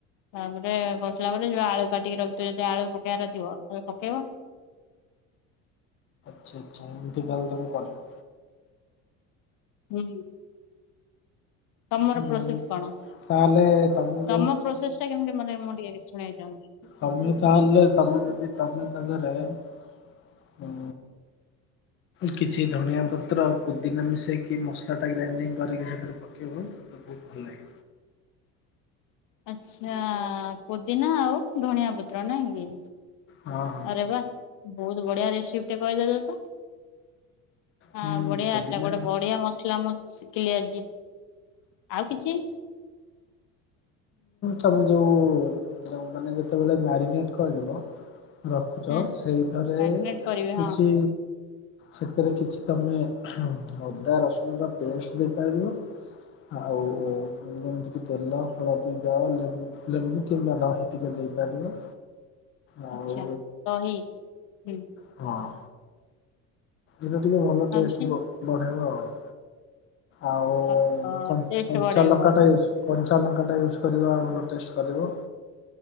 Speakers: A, on the left (about 65°); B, on the left (about 35°).
A: ତାପରେ କଷିଲା ପରେ ଯୋଉ ଆଳୁ କାଟିକି ରଖିଥିବ ଯଦି ଆଳୁ ପକେଇବାର ଥିବ ତାହଲେ ପକେଇବ।
B: ଆଛା ଆଚ୍ଛା ଏମିକାଲେ ତମେ କରଲ।
A: ହୁଁ ତମର
B: ହୁଁ
A: ପ୍ରୋସେସ୍ କଣ?
B: ତାହେଲେ ତମେ ଯୋଉ
A: ତମ ପ୍ରୋସେସ ଟା କେମିତି ମାନେ ମୁ‌ଟିକିଏ ଶୁଣ ବା ପାଇଁ ଚାହୁଁଚି।
B: କମି ତା ଅଲେ କମି ଯଦି କମି ତଙ୍କାରେ ହଁ କିଛି ଧଣିଆ ପତ୍ର ପୁଦିନା ମିଶେଇକି ମସଲା ଟା ଗ୍ରାଇଡିଙ୍ଗ କରିକି ସେଥିରେ ପକେଇବ ମତେ ବହୁତ ଭଲ ଲାଗେ।
A: ଆଚ୍ଛା ପୁଦିନା ଆଉ ଧଣିଆ ପତ୍ର ନାଇଁ କି।
B: ହଁ ହଁ
A: ଅରେ ବା ବହୁତ ବଢିଆ ରେଶିପିଟେ କହିଦେଲେ ତ। ହଁ
B: ହୁଁ
A: ବଢିଆ
B: ପୁଦିନା
A: ଗୋଟେ ବଢିଆ ମସଲା ମୁଁ ଶିଖିଲି ଆଜି ଆଉ କିଛି
B: ତମେ ଯୋଉ ମାନେ ଯେତେବେଳେ ମ୍ୟାରିନେଟ କରିବ ରଖୁଛ
A: ହଁ
B: ସେଇଥିରେ
A: ମ୍ୟାଗନେଟ କରିବି
B: କିଛି
A: ହଁ
B: ସେଥିରେ କିଛି ତମେ ଅଦା ରସୁଣ ବା ପେଷ୍ଟ ଦେଇପାରିବ। ଆଉ ଯେମିତିକ ତେଲ ହଳଦୀ ଦ ଲେମ୍ବୁ କିମ୍ବା ଦହି ଟିକେ ଦେଇପାରିବ। ଆଉ
A: ଆଚ୍ଛା ଦହି ହୁଁ
B: ହଁ। ଏଟା ଟିକେ ଭଲ ଟେଷ୍ଟ
A: ଆଉ କିଛି
B: ବ ବଢେଇବା ଆଉ। ଆଉ
A: ଓହୋ
B: କ
A: ଟେଷ୍ଟ
B: କଞ୍ଚ
A: ବଢେଇବ।
B: ଲଙ୍କାଟା ଯଉ କଞ୍ଚା ଲଙ୍କାଟା ୟୁଜ୍ କରିବା ଭଲ ଟେଷ୍ଟ କରିବ।